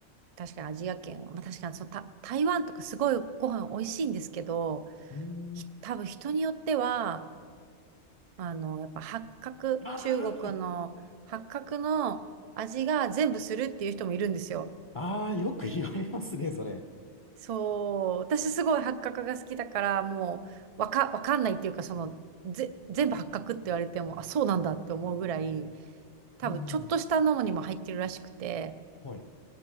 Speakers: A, on the right; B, on the left.
A: 確かにアジア圏は、まあ、確かにそのた台湾とかすごいご飯美味しいんですけど、
B: うーん。
A: ひ多分人によっては、あの、やっぱ八角、
B: ああ、
A: 中国の八角の味が全部するっていう人もいるんですよ。
B: はい。ああ、よく言われますね、それ。
A: そう、私すごい八角が好きだから、もうわか、わかんないっていうか、その、ぜ、全部八角って言われても、あ、そうなんだって思うぐらい、多分ちょっとしたのにも入ってるらしくて、
B: うんうん。はい。